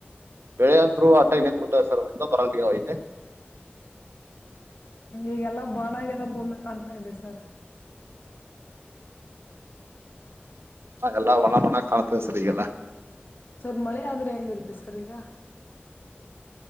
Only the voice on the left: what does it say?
ಈಗೆಲ್ಲ ಬಣಗ್ಯದ ಭೂಮಿ ಕಾಣ್ತಾ ಇದೆ ಸರ್.
ಸ್ವಲ್ಪ್ ಮಳೆ ಆದ್ರೆ ಹೆಂಗಿರುತ್ತೆ ಸರ್ ಈಗ